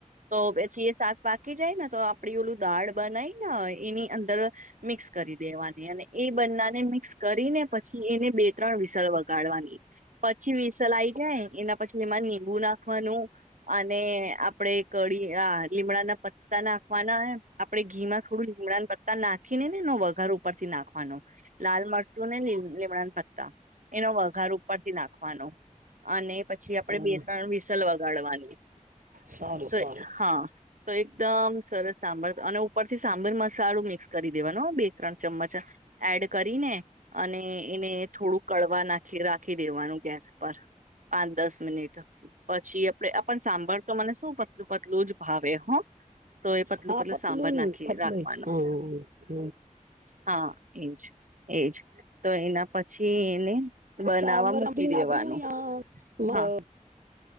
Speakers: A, on the right; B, on the right.
A: તો પછી એ શાક પાકી જાય ને તો આપડી ઓલું દાળ બનાય ને એની અંદર મિક્સ કરી દેવાની, અને એ બંનાને મિક્સ કરીને પછી એને બે ત્રણ વિસલ વગાડવાની. પછી વિસલ આઈ જાય એના પછી એમાં નીંબુ નાખવાનું અને આપડે કડી આ લીમડાના પત્તા નાંખવાના, આપડે ઘીમાં થોડું લીમડાન પત્તા નાંખીને ને એનો વઘાર ઉપરથી નાંખવાનો, લાલ મરચુંને લી લીમડાન પત્તા એનો વઘ ઘાર ઉપરથી નાંખવાનો. અને પછી આપડે
B: સારું
A: બે ત્રણ વિસલવા ગળવાની.
B: સારું
A: <unintelligible>
B: સારું
A: હા તો એકદમ સરસ સાંબર અને ઉપરથી સાંબર મસાલું મિક્સ કરી દેવાનું બે ત્રણ ચમ્મચ, એડ કરીને અને એને થોડું કડવા નાખી રાખી દેવાનું ગેસ પર, પાંચ દસ મિનિટ, પછી આપ આપણ સાંભળ તો મને શું પતલું પતલું જ ભાવે હો. તો એ પતલું
B: હા પતલું
A: સાંભાર નાખી
B: પતલું
A: રાખવાનો
B: હા હ
A: હા એજ એજ તો એના પછી એને બનાવવા
B: સારબીનાકનું
A: મૂકી દેવાનું
B: યા
A: હા
B: અ